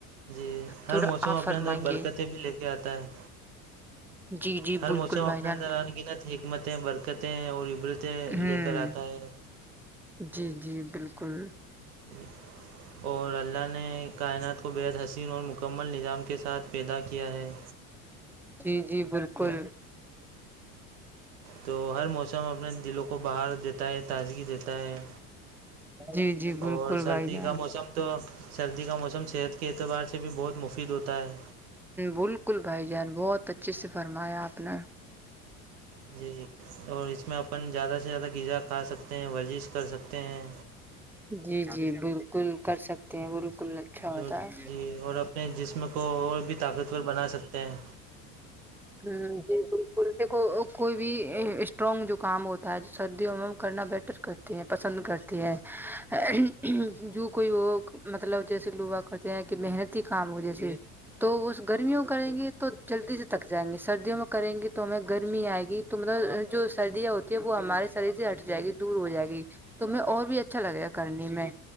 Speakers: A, on the right; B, in the centre.
A: جی
B: تھوڑا
A: ہر موسم
B: آپ
A: اپنے
B: فرمائیں
A: اندر برکتیں
B: گے
A: بھی لے کے آتا ہے
B: جی جی
A: ہر
B: بالکل
A: موسم
B: بھائی
A: اپنے
B: جان
A: اندر ان گنت حکمتیں برکتیں اور ابرتیں
B: ہوں
A: لے کر آتا ہے
B: جی جی بالکل
A: ہوں اور اللہ نے کائنات کو بےحد حسین اور مکمل نظام کے ساتھ پیدا کیا ہے
B: جی جی بالکل
A: تو تو ہر موسم اپنے دلوں کو باہر دیتا ہے تازگی دیتا ہے
B: جی جی بالکل
A: اور سردی
B: بھائی جان
A: کا موسم تو سردی کا موسم صحت کے اعتبار سے بھی بہت مفید ہوتا ہے
B: بالکل بھائی جان بہت اچھے سے فرمایا آپ نے
A: جی جی اور اس میں اپن زیادہ سے زیادہ غذا کھا سکتے ہیں ورزش کر سکتے ہیں
B: جی جی بالکل کر سکتے ہیں بالکل اچھا ہوتا
A: جو
B: ہے
A: جی اور اپنے جسم کو اور بھی طاقتور بنا سکتے ہیں
B: ہ جی بک د کوئی بھی اسٹرانگ جو کام ہوتا ہے سردیوں میں کرنا بیٹر کر پسند کرتے ہیں جو کوئی وہ مطلب جیسے لوگا کرتے ہیں کہ محن کام ہو جیسے تو وہ گرمیوں میں کریں گے تو جلدی سے تک جائیں گے سردیوں میں کریں گی تو ہمیں گرمی
A: جی
B: آئے گی تو مطلب جو سردیاں ہوتی ہیں وہ ہمارے شریر سے ہٹ جائے گی دور ہو جائے گی توم اور بھی اچھا لگے گا کرنے میں